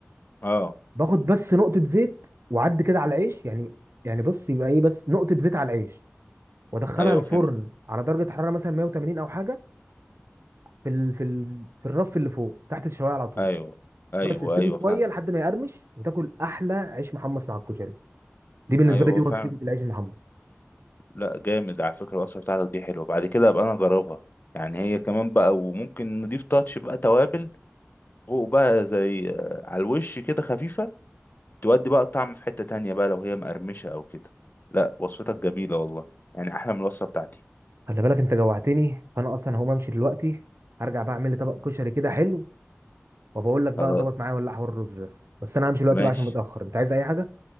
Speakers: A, on the left; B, on the right.
A: اه
B: باخد بس نقطة زيت وعد كده على العيش يعني يعني بص يبقى ايه بس نقطة زيت على العيش وادخلها
A: ايوه
B: الفرن
A: فهمت
B: على درجة حرارة مثلا 180 او حاجة في ال... في ال... في الرف اللي فوق تحت الشواية على طول
A: ايوه ايوه
B: بس تسيبه
A: ايوه فاهم
B: شوية لحد ما يقرمش وتاكل احلى عيش محمص مع الكشري دي بالنسبة
A: ايوه
B: لي
A: هو
B: دي وصفتي
A: فعلا
B: في العيش المحمص
A: لا جامد على فكرة الوصفة بتاعتك دي حلوة بعد كده ابقى انا اجربها يعني هي كمان بقى وممكن نضيف تاتش بقى توابل فوق بقى زي آه، على الوش كده خفيفة تودي بقى الطعم في حتة تانية بقى لو هي مقرمشة أو كده لا وصفتك جميلة والله يعني أحلى من الوصفة بتاعتي
B: خلي بالك انت جوعتني فانا اصلا هقوم امشي دلوقتي هرجع بقى اعمل لي طبق كشري كده حلو وبقول لك بقى
A: خلاص
B: ظبط معايا ولا لا حوار الرز ده بس انا همشي دلوقتي
A: ماشي
B: بقى عشان متأخر انت عايز اي حاجة